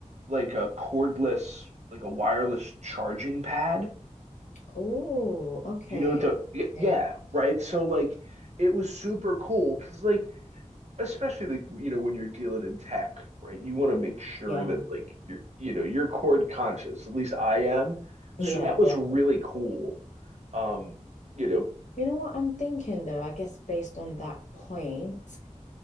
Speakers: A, on the right; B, on the left.
A: like a cordless, like a wireless charging pad.
B: Oh, okay.
A: You know, the y- yeah,
B: Okay.
A: right? So like it was super cool because like especially like you know when you're dealing in tech, right? You want to make sure
B: Yeah.
A: that like you're you know you're chord conscious. At least I am.
B: Yeah,
A: So that was
B: definitely.
A: really cool. Um, you know,
B: You know what I'm thinking though, I guess based on that point,